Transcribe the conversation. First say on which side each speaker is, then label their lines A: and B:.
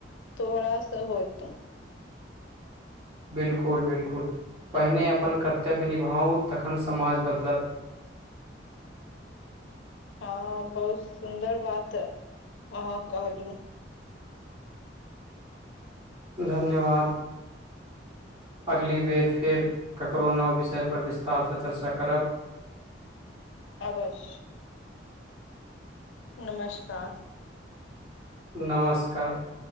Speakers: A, on the left; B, on the right.
A: तोहरा सँ होतउ
B: बिल्कुल बिल्कुल पहिने अपन कर्तव्य निभाउ तखन समाज बदलत
A: हँ बहुत सुन्दर बात ह अहाँ कहलहु
B: धन्यवाद अगली बेर फेर ककरो नव विषय पर विस्तारसँ चर्चा करब
A: अवश्य नमस्कार
B: नमस्कार